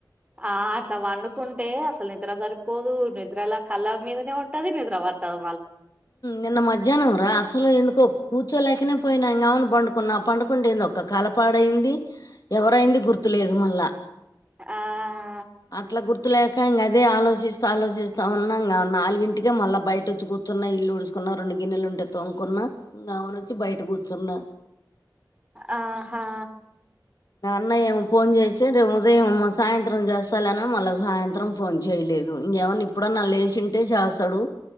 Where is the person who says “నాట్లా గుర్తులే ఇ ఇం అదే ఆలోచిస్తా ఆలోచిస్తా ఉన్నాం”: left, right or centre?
Left